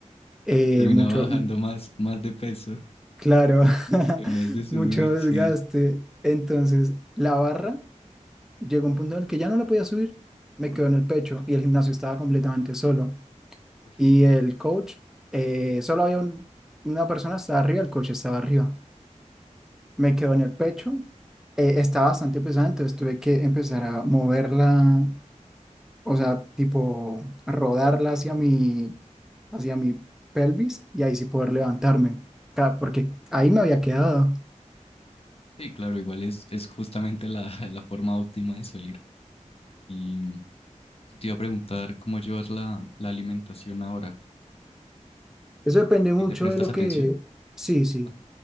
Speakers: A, in the centre; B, on the left.
A: eh,
B: Terminaba
A: mucho,
B: bajando
A: mm,
B: más, más de peso
A: claro, <laughs>
B: en vez de subir,
A: mucho desgaste.
B: sí.
A: Entonces, la barra llegó a un punto en el que ya no la podía subir, me quedó en el pecho y el gimnasio estaba completamente solo.
B: Uy.
A: Y el coach, eh, solo había un- una persona, estaba arriba, el coach estaba arriba. Me quedó en el pecho, eh, estaba bastante pesada, entonces tuve que empezar a moverla o sea, tipo rodarla hacia mi, hacia mi pelvis y ahí sí poder levantarme, ca- porque ahí me había quedado.
B: Sí, claro, igual es, es justamente la, <laughs> la forma óptima de salir. Y mm, te iba a preguntar cómo llevas la, la alimentación ahora,
A: Eso depende
B: si
A: mucho
B: le prestas
A: de lo
B: atención.
A: que, sí, sí,
B: Ajá.